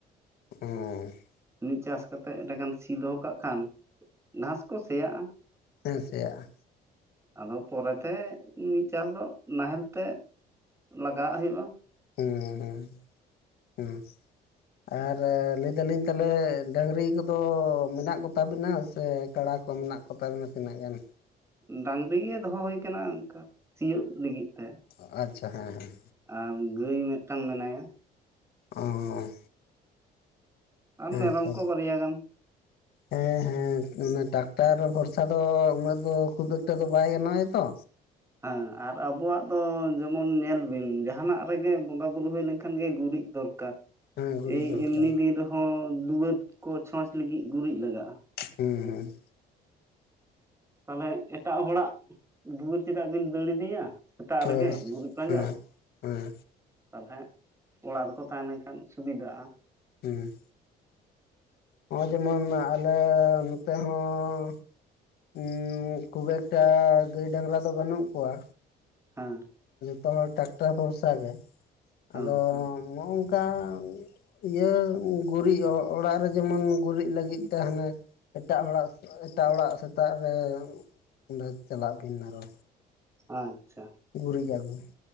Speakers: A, on the left (about 70°); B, on the right (about 15°).
A: <unintelligible>
B: ᱢᱤᱫ ᱪᱟᱥ ᱠᱟᱛᱮᱜ ᱮᱸᱰᱮᱠᱷᱟᱱ ᱥᱤ ᱫᱚᱦᱚ ᱠᱟᱜ ᱠᱷᱟᱱ ᱜᱷᱟᱸᱥ ᱠᱚ ᱥᱮᱭᱟᱜ-ᱟ᱾
A: ᱦᱮᱸ ᱥᱮᱭᱟᱜ-ᱟ᱾
B: ᱟᱫᱚ ᱯᱚᱨᱮ ᱛᱮ ᱢᱤᱫ ᱪᱟᱥ ᱫᱚ ᱱᱟᱦᱮᱞ ᱛᱮ ᱞᱟᱜᱟᱣᱟᱜ ᱦᱩᱭᱩᱜ-ᱟ᱾
A: ᱦᱩᱸ ᱦᱩᱸ ᱦᱩᱸ᱾ ᱟᱨ ᱞᱟᱹᱭ ᱫᱟᱞᱤᱧ ᱛᱟᱦᱚᱞᱮ ᱰᱟᱝᱨᱤ ᱠᱚᱫᱚ ᱢᱮᱱᱟᱜ ᱠᱚᱛᱟ ᱵᱤᱱᱟ ᱥᱮ ᱠᱟᱲᱟ ᱠᱚ ᱢᱮᱱᱟᱜ ᱠᱚᱛᱟ ᱵᱤᱱᱟ ᱛᱤᱱᱟᱹᱜ ᱜᱟᱱ?
B: ᱰᱟᱝᱨᱤ ᱜᱮ ᱫᱚᱦᱚ ᱦᱩᱭᱠᱟᱱᱟ ᱚᱱᱠᱟ ᱥᱤᱭᱳᱜ ᱞᱟᱹᱜᱤᱫ ᱛᱮ᱾
A: ᱚ ᱟᱪᱪᱷᱟ ᱦᱮᱸ ᱦᱮᱸ᱾
B: ᱟᱨ ᱜᱟᱹᱭ ᱢᱤᱫᱴᱟᱝ ᱢᱮᱱᱟᱭᱟ᱾
A: ᱚ᱾
B: ᱟᱨ
A: ᱦᱮᱸ
B: ᱢᱮᱨᱚᱢ
A: ᱛᱚ
B: ᱠᱚ ᱵᱟᱨᱭᱟ ᱜᱟᱱ᱾
A: ᱦᱮᱸ ᱦᱮᱸ᱾ ᱢᱟᱱᱮ ᱴᱟᱠᱴᱟᱨ ᱵᱷᱚᱨᱥᱟ ᱫᱚ ᱩᱱᱟᱹᱜ ᱫᱚ ᱠᱷᱩᱵ ᱮᱠᱴᱟ ᱫᱚ ᱵᱟᱭ ᱜᱟᱱᱚ-ᱟᱭ ᱛᱚ᱾
B: ᱦᱮᱸ ᱟᱨ ᱟᱵᱚᱣᱟᱜ ᱫᱚ ᱡᱮᱢᱚᱱ ᱧᱮᱞ ᱵᱤᱱ ᱡᱟᱦᱟᱱᱟᱜ ᱨᱮᱜᱮ ᱵᱚᱸᱜᱟ ᱵᱩᱨᱩ ᱦᱩᱭ ᱞᱮᱱᱠᱷᱟᱱ ᱜᱮ ᱜᱩᱨᱤᱡ ᱫᱚᱨᱠᱟᱨ᱾
A: ᱦᱮᱸ ᱜᱩᱨᱤᱡ
B: ᱮᱭ
A: ᱫᱚᱨᱠᱟᱨ
B: ᱮᱢᱱᱤ ᱫᱤᱱ ᱨᱮᱦᱚᱸ ᱫᱩᱣᱟᱹᱨ ᱠᱚ ᱪᱷᱚᱪ ᱞᱟᱹᱜᱤᱫ ᱜᱩᱨᱤᱡ ᱞᱟᱜᱟ-ᱟ᱾
A: ᱦᱮᱸ ᱦᱮᱸ᱾
B: ᱛᱟᱞᱦᱮ ᱮᱴᱟᱜ ᱦᱚᱲᱟᱜ ᱫᱩᱣᱟᱹᱨ ᱪᱮᱫᱟᱜ ᱵᱤᱱ ᱫᱟᱹᱲ ᱤᱫᱤᱭᱟ᱾ ᱥᱮᱛᱟᱜ
A: ᱦᱳᱭ
B: ᱨᱮᱜᱮ
A: ᱦᱮᱸ
B: ᱜᱩᱨᱤᱡ ᱯᱟᱸᱡᱟ᱾
A: ᱦᱮᱸ
B: ᱛᱟᱞᱦᱮ ᱚᱲᱟᱜ ᱨᱮᱠᱚ ᱛᱟᱦᱮᱸ ᱞᱮᱱᱠᱷᱟᱱ ᱥᱩᱵᱤᱫᱜ-ᱟ᱾
A: ᱦᱩᱸ᱾ ᱦᱚᱸᱜ-ᱚᱭ ᱡᱮᱢᱚᱱ ᱟᱞᱮ ᱱᱚᱛᱮ ᱦᱚᱸ ᱩᱸ ᱠᱷᱩᱵ ᱮᱠᱴᱟ ᱜᱟᱹᱭ ᱰᱟᱝᱨᱟ ᱫᱚ ᱵᱟᱹᱱᱩᱜ ᱠᱚᱣᱟ᱾
B: ᱦᱮᱸ
A: ᱛᱚ ᱦᱚᱲ ᱴᱨᱟᱠᱴᱚᱨ ᱵᱷᱚᱨᱥᱟ ᱜᱮ᱾
B: ᱦᱮᱸ
A: ᱟᱫᱚ ᱱᱚ-ᱚᱝᱠᱟ ᱤᱭᱟᱹ ᱜᱩᱨᱤᱡ ᱚᱲᱟᱜ ᱨᱮ ᱡᱮᱢᱚᱱ ᱜᱩᱨᱤᱡ ᱞᱟᱹᱜᱤᱫ ᱛᱮ ᱦᱟᱱᱮ ᱮᱴᱟᱜ ᱦᱚᱲᱟᱜ ᱮᱴᱟᱜ ᱚᱲᱟᱜ ᱛᱟᱜ ᱨᱮ ᱚᱸᱰᱮ ᱪᱟᱞᱟᱜ ᱵᱤᱱ ᱟᱨᱚ᱾
B: ᱟᱪᱪᱷᱟ᱾
A: ᱜᱩᱨᱤᱡ ᱟᱹᱜᱩ᱾